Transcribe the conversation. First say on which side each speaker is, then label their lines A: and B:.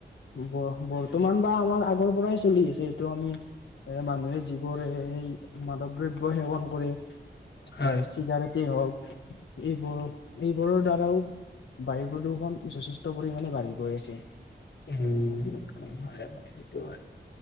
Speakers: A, on the left; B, on the left.
A: ব বৰ্তমান বা আমাৰ আগৰ পৰাই চলি আহিছে এইটো আমি এ মানুহে যিবোৰ মাদৱ দ্ৰব্য সেৱন কৰে।
B: হয়
A: আহ চিগাৰেটেই হওক এইবোৰো এইবোৰৰ দ্বাৰাও বায়ু প্ৰদূষণ যথেষ্ট পৰিমণে বাঢ়ি গৈ আছে।
B: উ হয় হয় সেইটো হয়